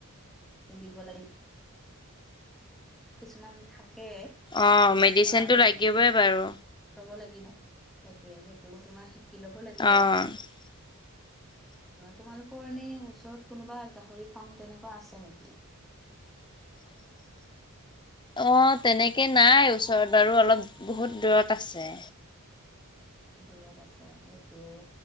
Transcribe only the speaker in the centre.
দিব লাগিব। কিছুমান থাকে সেইবিলাক
ধৰা আমি
অ শিকিলো
ল'ব লাগিব সেইটোৱে সেইটো তোমাৰ শিকি ল'ব লাগিব।
তোমালোকৰ এনেই ওচৰত কোনোবা গাহৰি ফাৰ্ম তেনেকুৱা আছে নেকি?
দূৰত আছে সেইটোৱে